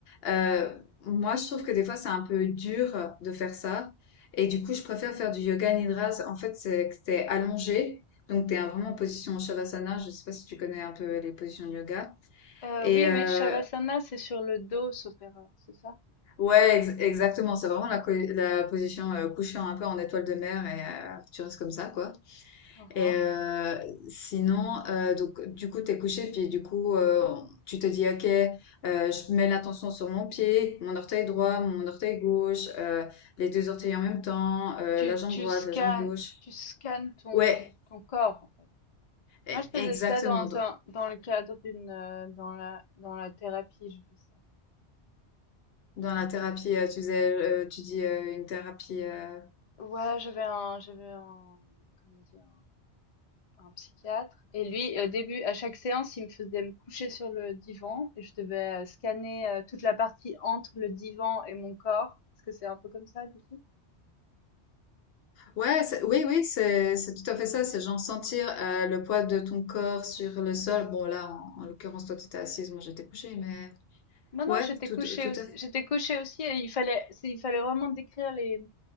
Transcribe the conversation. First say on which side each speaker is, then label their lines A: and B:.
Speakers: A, on the left; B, on the left.
A: Euh, moi, je trouve que des fois, c'est un peu dur de faire ça. Et du coup, je préfère faire du yoga nidra. En fait, c'est que t'es allongé. Donc, t'es vraiment en position Shavasana. Je sais pas si tu connais un peu les positions de yoga.
B: Euh,
A: Et
B: oui,
A: euh,
B: oui, Shavasana, c'est sur le dos, sauf erreur, c'est ça?
A: ouais, ex- exactement. C'est vraiment la, co- la position euh, couchée un peu en étoile de mer et euh, tu restes comme ça, quoi.
B: Mhm.
A: Et euh, sinon, euh, donc du coup, t'es couché, puis du coup, euh, tu te dis, ok, euh, je mets l'attention sur mon pied, mon orteil droit, mon orteil gauche, euh, les deux orteils en même temps, euh,
B: Tu,
A: la jambe
B: tu
A: droite,
B: scannes,
A: la jambe gauche.
B: tu scannes ton,
A: Ouais,
B: ton corps, en fait.
A: e-
B: Moi, je faisais
A: exactement.
B: ça dans
A: Dans
B: un, dans le cadre d'une, euh, dans la, dans la thérapie, je fais ça.
A: dans la thérapie, euh, tu disais, euh, tu dis euh, une thérapie. euh,
B: Ouais, j'avais un, j'avais un, comment dire, un psychiatre. Et lui, au début, à chaque séance, il me faisait me coucher sur le divan et je devais euh, scanner euh, toute la partie entre le divan et mon corps. Est-ce que c'est un peu comme ça, du coup?
A: Ouais, c'est- oui, oui, c'est c'est tout à fait ça. C'est genre sentir euh, le poids de ton corps sur le sol. Bon, là, en, en l'occurrence, toi, tu étais assise, moi, j'étais couchée, mais
B: Non, non,
A: ouais,
B: j'étais
A: tout,
B: couchée
A: tout
B: aussi.
A: à fait.
B: J'étais couchée aussi et il fallait, c'est- il fallait vraiment décrire les,